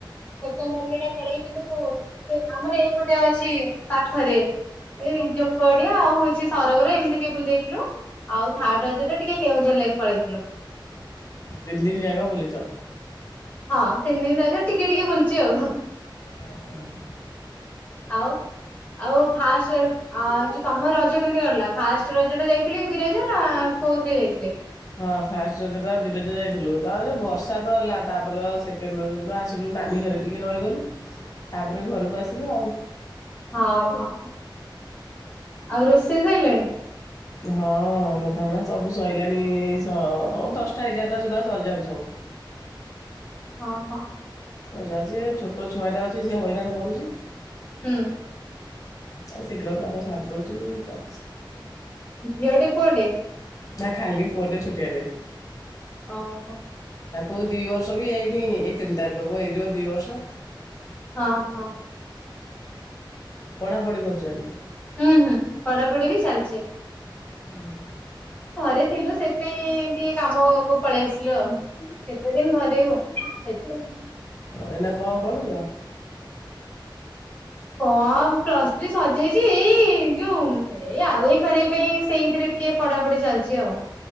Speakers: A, on the left (about 20°); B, on the left (about 40°).
A: ସେକେଣ୍ଡ୍ ରଜଟା ପଳେଇଥିଲୁ, ଆମର ଏଇ ପଟେ ଅଛି, ପାଖରେ ଏଇ ଜୋକଡିଆ ଆଉ ହଉଚି ସରୋବର, ଏମିତି ଟିକେ ବୁଲି ଦେଇଥିଲୁ ଆଉ ଥାର୍ଡ ରଜଟା ଟିକେ କେଉଁଝର ଲାଇନ୍ ପଳେଇଥିଲୁ।
B: ତିନ ଦିନି ଆଙ୍ଗ ବୁଲିଚ?
A: ହଁ ତିନି ଦିନି ରଜ ଟିକେ ଟିକେ ବୁଲିଚି ଆଉ।
B: <unintelligible>
A: ଆଉ, ଆଉ ଫାଷ୍ଟ୍ ଆଉ ତମ ରଜ କେମିତି କଟିଲା? ଫାଷ୍ଟ ରଜ ଟା ଯାଇଥିଲେ ବିରଜା, ନା କୋଉଥରେ ଯାଇଥିଲେ?
B: ହଁ ଫାଷ୍ଟ ରଜଟା ବିରଜା ଯାଇଥିଲୁ, ତା ପରେ ଯୋଉ ବର୍ଷା ତ ହେଲା, ତାପରେ ସେ ସେକେଣ୍ଡ୍ ରଜ ଦିନ ଆସିଲୁ ନାନୀ ଘରେ ଟିକେ ରହିଗଲୁ, ତାପରେ ଘରକୁ ଆସିଲୁ ଆଉ।
A: ହଁ ହ, ଆଉ ରୋଷେଇ ସଇଲାଣି?
B: ହଁ, ରନ୍ଧାବଢା ସବୁ ସଇଲାଣି, ମୋର ଦଶଟା ଏଗାରଟା ସୁଦ୍ଧା ସରିଯାଉଚି ସବୁ।
A: ହଁ ହଁ।
B: <unintelligible> ଛୋଟ ଛୁଆଟା ଅଛି, ସେ ହଇରାଣ କରୁଚି।
A: ହୁଁ।
B: ଆ ଶିଘ୍ର କାମ ସାରିଦଉଚୁ, ତ
A: ଝିଅଟେ, ପୁଅଟେ?
B: ନା ଖାଲି ପୁଅଟେ ଛୋଟିଆଟେ,
A: ଓହୋ ହଁ
B: ତାକୁ ଦିବର୍ ବର୍ଷ ବି ହେଇନି, ଏଇ ତିନିତାରିଖକୁ ହେଇଯିବ ଦି ବର୍ଷ।
A: ହଁ ହଁ।
B: ପଢ଼ାପଢ଼ି କରୁଚ ଏଇନା?
A: ହୁଁ ହୁଁ ପଢାପଢି ବି ଚାଲିଚି।
B: <unintelligible>
A: ଘରେ ଥିଲୁ, ସେଇଥିପାଇଁ ଏମିତି ଟିକେ କାମକୁ ପଳେଇ ଆସିଲୁ ଆଉ। କେତେ ଦିନି ଘରେଇବୁ, ସେଇଥିପାଇଁ
B: ଏଇନା କଅଁ ପଢୁଚ?
A: କଣ ପ୍ଲସ୍ ଥ୍ରୀ ସଜେଇଚି, ଏଇ ଯୋଉ ଏଇ ଆରେଇ ଫାରେଇ ପାଇଁ ସେଇଥିରେ ଟିକେ ପଢାପଢି ଚାଲିଚି ଆଉ,